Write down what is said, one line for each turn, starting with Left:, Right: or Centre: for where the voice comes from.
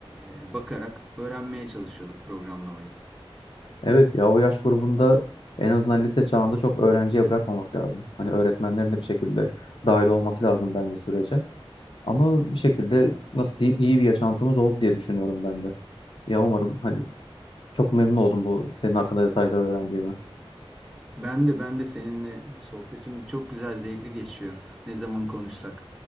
Centre: e, bakarak öğrenmeye çalışıyorduk programlamayı.
Left: Evet ya o yaş grubunda en azından lise çağında çok öğrenciye bırakmamak lazım. Hani öğretmenlerin de bir şekilde dahil olması lazım bence sürece. Ama bir şekilde nasıl diyeyim iyi bir yaşantımız oldu diye düşünüyorum ben de. Ya umarım hani çok memnun oldum bu senin hakkında detayları öğrendiğime.
Centre: Ben de ben de seninle sohbetimiz çok güzel, zevkli geçiyor. Ne zaman konuşsak.